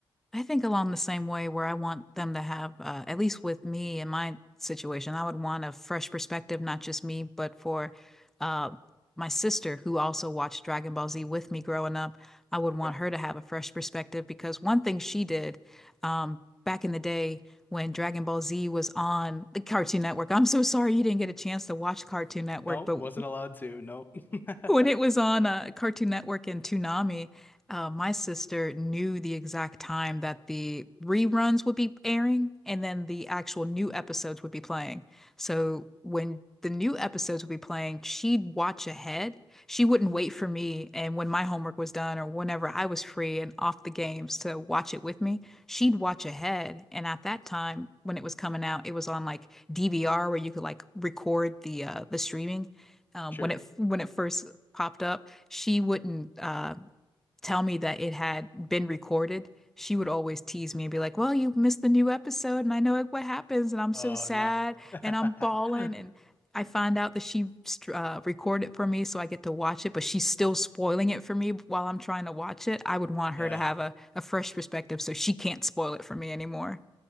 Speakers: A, in the centre; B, on the left (about 20°).
A: I think along the same way where I want them to have, uh, at least with me in my situation, I would want a fresh perspective, not just me, but for uh, my sister who also watched Dragon Ball Z with me growing up. I would
B: okay.
A: want her to have a fresh perspective because one thing she did um, back in the day when Dragon Ball Z was on the Cartoon Network, I'm so sorry you didn't get a chance to watch Cartoon Network,
B: No,
A: but
B: wasn't allowed to. No.
A: When
B: <laughs>
A: it was on uh, Cartoon Network and Toonami, uh, my sister knew the exact time that the reruns would be airing and then the actual new episodes would be playing. So when the new episodes would be playing, she'd watch ahead. She wouldn't wait for me. And when my homework was done or whenever I was free and off the games to watch it with me, she'd watch ahead. And at that time, when it was coming out, it was on like DVR where you could like record the uh, the streaming um,
B: Sure.
A: when it when it first popped up, she wouldn't uh, tell me that it had been recorded. She would always tease me and be like, "Well, you missed the new episode, and I know what happens, and I'm
B: Oh,
A: so sad,
B: no. <laughs>
A: and I'm bawling." And I find out that she uh, recorded for me, so I get to watch it, but she's still spoiling it for me while I'm trying to watch it. I would want
B: Yeah.
A: her to have a, a fresh perspective, so she can't spoil it for me anymore.